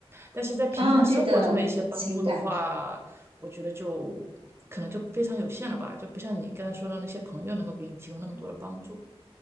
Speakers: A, on the right (about 25°); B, on the right (about 60°).
A: 但是在平常生活中的一些帮助的话，
B: 啊，对的，情感。
A: 我觉得就可能就非常有限了吧，就不像你刚才说的那些朋友能够给你提供那么多的帮助。